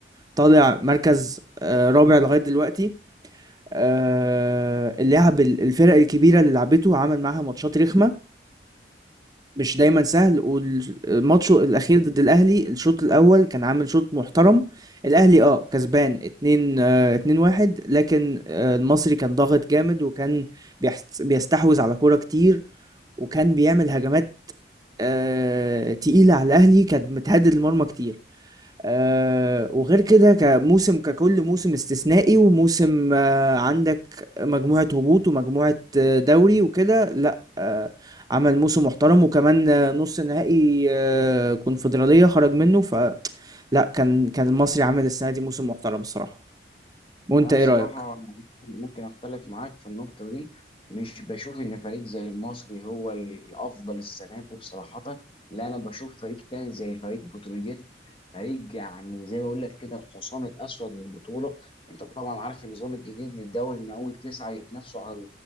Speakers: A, on the right; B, on the left.
A: طالع مركز آه، رابع لغاية دلوقتي آه، اللعب الفرق الكبيرة اللي لعبته عمل معاها ماتشات رخمة مش دايما سهل والماتش الاخير ضد الاهلي الشوط الاول كان عامل شوط محترم الاهلي اه كسبان 2 آه 2 1 لكن آه المصري كان ضاغط جامد وكان بيحس- بيستحوذ على كوره كتير وكان بيعمل هجمات آه تقيله على الاهلي كانت متهدد المرمى كتير آه وغير كده كموسم ككل موسم استثنائي وموسم آه عندك مجموعة هبوط ومجموعة آه دوري وكده لا آه عمل موسم محترم وكمان آه نص نهائي آه كونفدرالية خرج منه فلا كان كان المصري عامل السنة دي موسم محترم الصراحة وانت
B: انا بصراحه
A: ايه رأيك؟
B: ممكن اختلف معاك في النقطه دي مش بشوف ان فريق زي المصري هو الافضل السنه دي بصراحه لا انا بشوف فريق تاني زي فريق بتروجيت فريق يعني زي ما بقول لك كده الحصان الاسود للبطوله انت طبعا عارف النظام الجديد للدوري ان اول تسعه يتنافسوا على